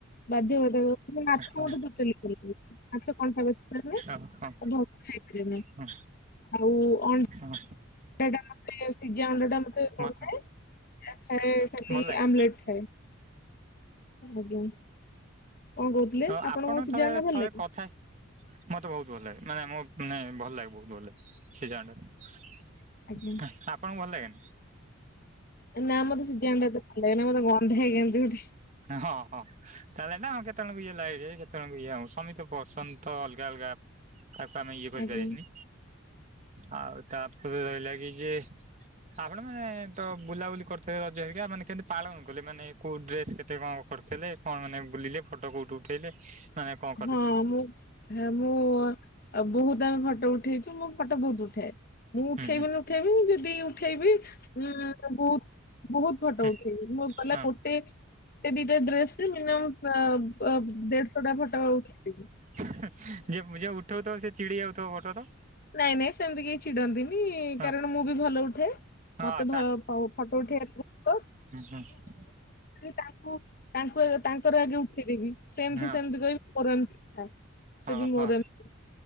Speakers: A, on the left (about 45°); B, on the right (about 35°).
A: ବାଧ୍ୟ ହୋଇଥା ମାଛ
B: ହଁ
A: ମତେ ଟୋଟାଲ ଇଚ୍ଛା ନାହିଁ ମାଛ କଣ୍ଟା ବିଲେ
B: ହଁ ହଁ
A: <unintelligible> ଖାଇ ନା
B: ହଁ
A: ଆଉ ଅ
B: ହଁ।
A: ସେଟା ମୋତେ ସିଜା ଅଣ୍ଡାଟା। ସେ କରୁଥାଏ
B: ଭଲ
A: ଖାଲି
B: ଭଲ ଲାଗେ
A: ଆମଲେଟ ଖାଏ। ଆଜ୍ଞା। କଣ କହୁଥିଲେ
B: ତ
A: ଆପଣଙ୍କୁ
B: ଆପଣ
A: ସିଝା
B: ଥରେ
A: ଅଣ୍ଡା ଭଲ
B: ଥରେ
A: ଲାଗେ?
B: କ ଥା ମତେ ବହୁତ ଭଲ ଲାଗେ ମାନେ ମୋ ମାନେ ଭଲ ଲାଗେ ବହୁତ ଭଲ ଲାଗେ ସେ ଜଣଟା।
A: ଆଜ୍ଞା।
B: ଆପଣଙ୍କୁ ଭଲ ଲାଗେ ନା।
A: ନା ମତେ ସିଯା ଅଣ୍ଡା ଭଲ ଲାଗେ ନା ମତେ ଗନ୍ଧାଏ କେମତି ଗୋଟେ।
B: ହଁ ହଁ। ତାହେଲେ ନା ହଁ କେତେବେଳକୁ ଇଏ ଲାଗେ କେତେବେଳ ଇଏ ହଉ ସମୀ ତ ପସନ୍ଥ ଅଲଗା ଅଲଗା। ତାକୁ ଆମେ ଇଏ କରିପାରିବାନି।
A: ଆଜ୍ଞା।
B: ଆଉ ତାପରେ ରହିଲା କି ଯେ ଆପଣ ମାନେ ତ ବୁଲାବୁଲି କରିଥିଲେ ରଜ ହେରିକି ମାନେ କେମିତି ପାଳନ କଲେ ମାନେ କୋଉ ଡ୍ରେସ କେତ୍ ସେ କଣ କରିଥିଲେ କଣ ମାନେ ବୁଲିଲେ ଫଟୋ କୋଉଠି ଉଠେଇଲେ ମାନେ କଣ କଲେ
A: ହଁ ମୁଁ ହେ ମୁଁ ଅ ବହୁତ ଆମେ ଫଟୋ ଉଠେଇଛୁ ମୁଁ ଫଟୋ ବହୁତ ଉଠାଏ। ମୁଁ ଉଠେଇବି
B: ହୁଁ ହୁଁ
A: ନି ଉଠେଇବିନି ଯଦି ଉଠେଇବି ଉଁ ବହୁତ ବହୁତ ଫଟ
B: ହୁଁ
A: ଉଠେଇବି ମୁ ଗଲେ
B: ହଁ
A: ଗୋଟେ ଟେ ଦିଟା ଡ୍ରେସରେ ମିନିମମ୍ ବା ଆ ଦେଢଶହ ଟା ଫଟ ଉଠେଇବି।
B: ଯେଏ ଯିଏ ଉଠଉ ଥିବ ସେ ଚିଡି ଯାଉ ତ ଫଟ ତ।
A: ନାଇଁ ନାଇଁ ସେମିତି କେହି ଚିଡନ୍ତିନି କାରଣ
B: ହଁ
A: ମୁଁ ବି ଭଲ ଉଠାଏ।
B: ହଁ
A: ମତେ ଭ ଭଉ ଫଟୋ ଉଠାଇବାକୁ ତ
B: ହଁ ହଁ।
A: କି ତାଙ୍କୁ ତାଙ୍କୁ ତାଙ୍କର ଆଗେ ଉଠେଇ ଦେଇକି ସେମିତି
B: ହଁ
A: ସେମତି କହିବି ମୋର ଏମତି
B: ହଁ
A: ସେ
B: ହଁ
A: ମୋର ଏମତି